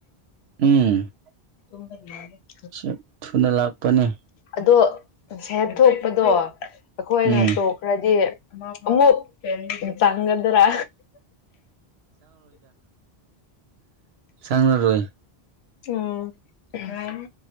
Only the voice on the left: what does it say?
꯫
ꯑꯗꯣ ꯁꯦꯞ ꯊꯣꯛꯄꯗꯣ ꯑꯈꯣꯏꯅ
ꯇꫭꯛ꯫ ꯔꯗꯤ ꯑꯃꯨꯛ ꯇꯥꯡꯒꯗ꯭ꯔꯥ꯫
ꯎꯝ